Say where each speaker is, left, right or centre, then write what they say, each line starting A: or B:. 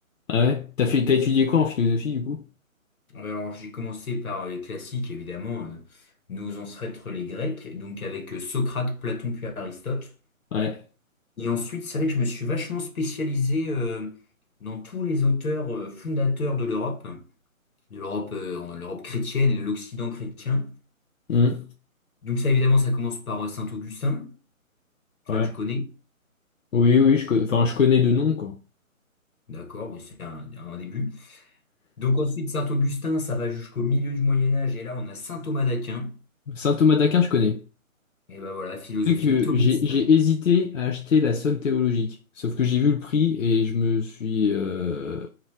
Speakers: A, on the left; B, on the left.
A: Ah ouais? T'as fait, t'as étudié quoi en philosophie du coup?
B: Ouais, Alors, j'ai commencé par les classiques, évidemment. euh, nos ancêtres, les Grecs. Donc, avec euh, Socrate, Platon, puis Aristote.
A: Ouais.
B: Et ensuite, c'est vrai que je me suis vachement spécialisé euh, dans tous les auteurs euh, fondateurs de l'Europe. De l'Europe euh, en- l'Europe chrétienne et de l'Occident chrétien.
A: Hmm.
B: Donc ça, évidemment, ça commence par euh, Saint-Augustin. Ça,
A: Ouais.
B: tu connais.
A: Oui, oui, je, co- enfin, je connais de nom, quoi.
B: D'accord, oui, c'est un, un début. Donc ensuite, Saint-Augustin, ça va jusqu'au milieu du Moyen Âge. Et là, on a Saint Thomas d'Aquin.
A: Saint Thomas d'Aquin, je connais.
B: Et ben voilà, philosophie
A: C'est que
B: thomiste,
A: j'ai j'ai hésité à acheter la somme théologique, sauf que j'ai vu le prix et je me suis... euh,